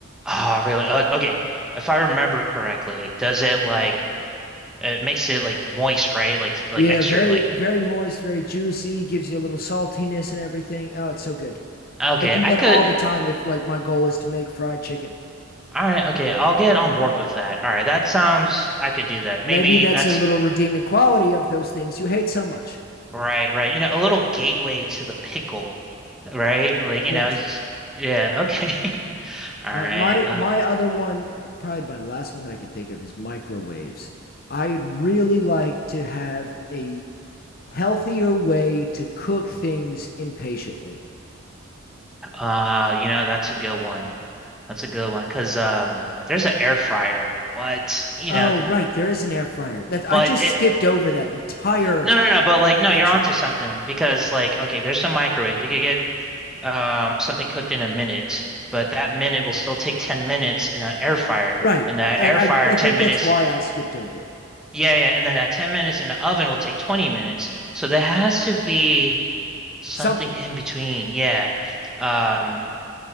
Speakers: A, in the centre; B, on the left.
A: Ah, really? Uh, okay, if I remember correctly, does it like it makes it like moist, right? Like like
B: Yeah,
A: extra
B: very,
A: like.
B: very moist, very juicy, gives you a little saltiness and everything. Oh, it's so good.
A: Okay,
B: I do
A: I
B: that
A: could.
B: all the time if like my goal is to make fried chicken.
A: All right, okay, I'll get on board with that. All right, that sounds. I could do that. Maybe
B: Maybe that's
A: that's
B: a little redeeming quality of those things you hate so much.
A: right, right. You know, a little gateway to the pickle, right? Like you
B: Yes.
A: know, it's just yeah. Okay, <laughs> all
B: Uh,
A: right.
B: my
A: Uh,
B: my other one, uh, probably my last one that I could think of is microwaves. I would really like to have a healthier way to cook things impatiently.
A: uh, you know, that's a good one. That's a good one because um, there's an air fryer, but you
B: Oh,
A: know,
B: right, there is an air fryer. That
A: but
B: I just
A: it
B: skipped over that entire
A: no no no, but like
B: invention.
A: no, you're onto something because like okay, there's some microwave. You could get um something cooked in a minute, but that minute will still take 10 minutes in an air fryer,
B: Right.
A: and that
B: And
A: air
B: I,
A: fryer
B: I
A: 10
B: think
A: minutes,
B: that's why I skipped over it.
A: yeah yeah, and then that 10 minutes in the oven will take 20 minutes. So there has to be something
B: Something.
A: in between. Yeah, um,